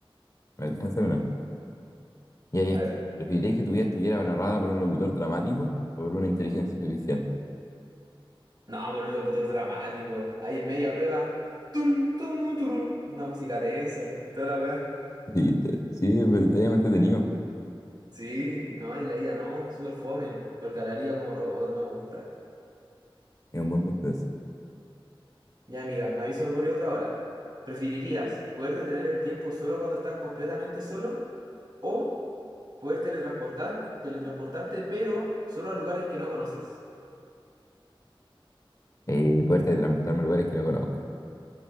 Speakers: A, on the left; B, on the right.
A: A ver, déjame hacer una. Ya, ya.
B: A ver.
A: ¿Preferirías que tu vida estuviera narrada por un locutor dramático o por una inteligencia artificial?
B: No, por un locutor dramático. Ahí en media prueba. Tun, tun, turun. Una música tensa y toda la weá.
A: Sí, está- sí, pero está bien entretenido.
B: Sí, no, y la ida no, súper fome. Porque hablaría como robot, no me gusta.
A: Es un buen punto ese.
B: Ya, mira, a mí se me ocurrió otra hora. ¿Preferirías poder detener el tiempo solo cuando estás completamente solo? ¿O poder teletransportar, teletransportarte, pero solo a lugares que no conoces?
A: y poder teletransportarme a lugares que no conozco.